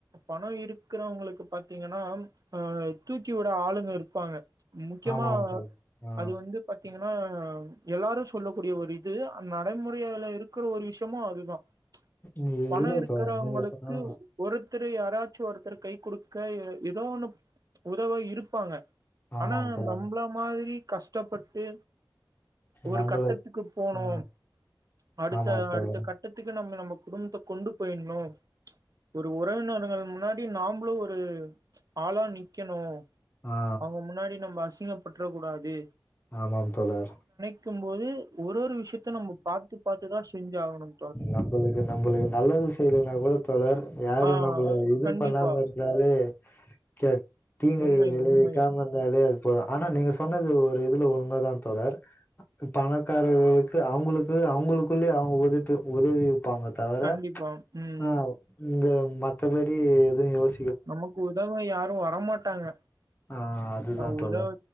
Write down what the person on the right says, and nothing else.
பணம் இருக்கிறவங்களுக்கு பாத்தீங்கன்னா அஹ் தூக்கி விட ஆளுங்க இருப்பாங்க முக்கியமா
அது வந்து பாத்தீங்கன் ஆ ஆ எல்லாரு சொல்லக்கூடிய ஒரு இது அ நடைமுறைல இரு இருக்குற ஒரு விஷயமும் அதுதான்
பணம் இருக்கிறவங்களுக்கு
ஒருத்த து யாராச்சும் ஒருத்தர் கை குடுக்க ஏத் ஏதோ ஒண்ணு உதவ இருப்பாங்க
ஆனா
நம்பள மாதிரி கஷ்டப்பட்டு ஒரு
கட்டத்துக்கு போனோம்
அடுத்த
அடுத்த கட்டத்துக்கு <unintelligible> நம்ம நம்ம குடும்பத்தை கொண்டு போயிட்ணும் ஒரு உறவினர்கள் முன்னாடி நாமளும் ஒரு ஆளா நிக்கணும்
அவங்க முன்னாடி நம்ம ங்கப்பற்றக்க கூடாது
க்கும் போது ஒரு ஒரு விஷயத்த நம்ம பாத்து பாத்து தான் செஞ்சாகணும்
ஆ
கண்டிப்பா
உண்மை
உண்மை
கண்டிப்பா ம்
நமக்கு உதவ யாரும் வர வரமாட்டாங்க
அவுங்குதா